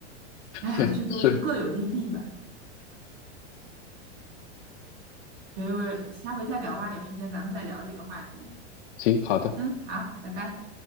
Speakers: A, on the right; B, on the left.
A: 哎，
B: 对是，
A: 这都是各有利弊吧，所以我下回再聊吧，有时间咱们再聊这个话题。
B: 行，好的。
A: 嗯，好，拜拜。